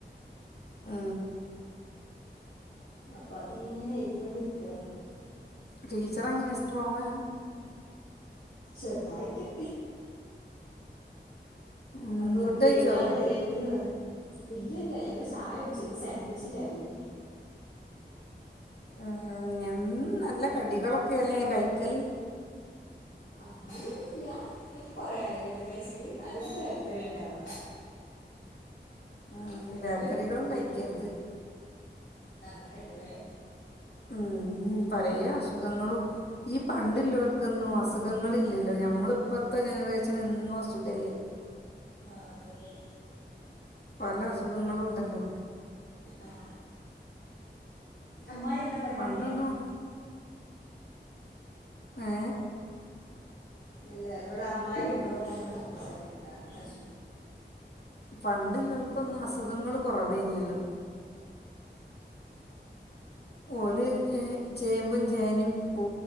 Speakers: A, on the left; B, on the left.
A: ആ
B: അപ്പൊ അതിങ്ങനെ എഴുതി കൊണ്ടിരിക്ക
A: ടീച്ചറെങ്ങനെ സ്ട്രോങ്ങാ
B: ചെറുതായിട്ട്
A: ഉം
B: അപ്പൊ
A: ഫുഡഴിച്ചോ
B: എഴുതാതെ വരരുത് ന്ന് പറഞ്ഞ് ഇല്ലില്ല ഞങ്ങള് ചായുടിച്ചിന്ന് സാൻഡവിച്ചും ചായീന്
A: ഉം എന്നും നല്ല കടികളൊക്കെലേ കൈക്കല്
B: അത് ന്നുല്ല ഇപ്പ കൊറേ ആയിലെ ങ്ങനെ കയ്ച്ചിട്ട് അധികം ബേക്കറിയണ്ടാവ
A: ഉം
B: അപ്പൊ ഇന്നൊരു
A: ബേക്കറികളും
B: പൂതി
A: കഴിക്കരുത്
B: അങ്ങനെണ്ട്ലേ
A: മ്മ് മ്മ് പലേ അസുഖങ്ങളും ഈ പണ്ടില്ലോൽക്കൊന്നും അസുഖങ്ങളില്ലല്ലോ ഞമ്മളിപ്പോത്തെ ജനറേഷനെന്നും അസുഖല്ലേ
B: ആ അതേലേ
A: പല അസുഖങ്ങളുണ്ടല്ലോ
B: ആ അമ്മായി എന്താ പറയണോക്ക്യ
A: പണ്ടൊന്നും ഏ
B: എല്ല വിടെ അമ്മായി എന്തോ മോനോട് സംസാരിക്കണ്ട എന്താ
A: പണ്ടുള്ളോൽക്കൊന്നും അസുഖങ്ങള് കുറവേനല്ലോ ഓല് ചേമ്പും ചേനിം പൂ